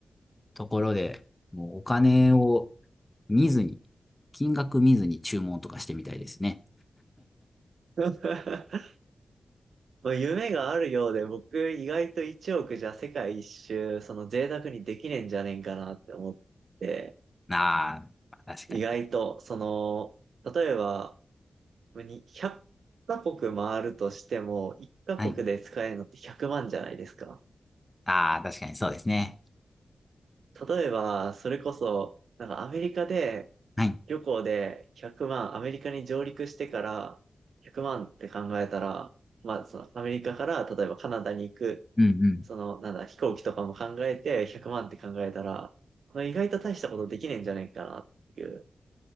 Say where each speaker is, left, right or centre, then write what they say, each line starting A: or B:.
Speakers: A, on the left; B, on the right.
A: ところで、もうお金を見ずに、金額見ずに注文とかしてみたいですね。
B: う。<laughs> まあ夢があるようで、僕意外と1億じゃ世界一周、その贅沢にできねえんじゃねえんかなって思って、
A: あーまあ、確かに。
B: 意外と、その、例えば、に100カ国回るとしても、1カ国で使えるのって100万じゃないですか。
A: はい。ああ、確かにそうですね。
B: 例えば、それこそ、なんかアメリカで、
A: はい。
B: 旅行で100万、アメリカに上陸してから100万って考えたら、まあ、そのアメリカから例えばカナダに行く、
A: うんうん。
B: その、なんだ、飛行機とかも考えて100万って考えたら、まあ、意外と大したことできねえんじゃないかなっていう